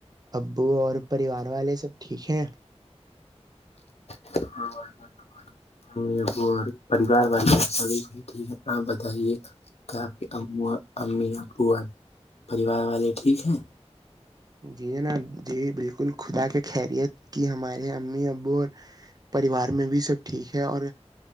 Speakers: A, on the right; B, on the left.
A: ابو اور پریوار والے سب ٹھیک ہیں
B: ہاں اور پریوار والے سبھی ٹھیک ہے آپ بتائیے کیا آپ کی ا امی اپو اور پریوار والے ٹھیک ہے
A: جی جناب جی بالکل خدا کی خیریت کی ہمارے امی ابو اور پریوار میں بھی سب ٹھیک ہے اور